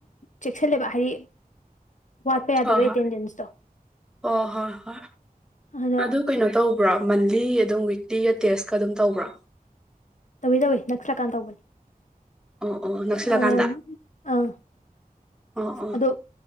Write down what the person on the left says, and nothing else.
ꯆꯦꯛꯁꯤꯜꯂꯦꯕ ꯍꯥꯏꯗꯤ ꯋꯥꯠꯄ ꯌꯥꯗꯕ
ꯑꯦꯇꯦꯟꯗꯦꯟꯁꯇꯣ
ꯑꯗ
ꯇꯧꯏ ꯇꯧꯏ ꯅꯛꯁꯜꯂꯀꯥꯟ ꯇꯧꯕꯅꯤ
ꯑꯥ ꯑꯥ
ꯑꯗꯣ